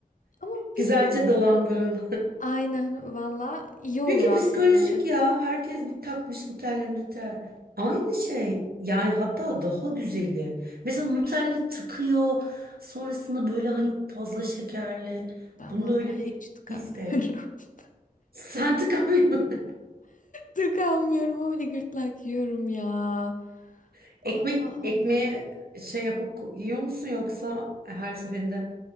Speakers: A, on the left; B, on the right.
A: Ama
B: Güzelce
A: bilmiyorum.
B: dolandırıl.
A: Aynen valla iyi olur
B: Çünkü
A: aslında
B: psikolojik
A: benim için.
B: ya. Herkes bir takmış Nutella Nutella. Aynı şey. Yani hatta daha güzeli. Mesela Nutella takıyor. Sonrasında böyle hani fazla şekerli.
A: Ben
B: Bunda
A: vallahi
B: öyle bir
A: hiç tıkanmıyorum.
B: his de yok.
A: <laughs>
B: Sen tıkamıyorsun.
A: Tıkanmıyorum ama bir de gırtlak yiyorum ya.
B: <laughs> Ekmek,
A: Allah Allah.
B: ekmeğe şey yapıp yiyor musun yoksa her seferinde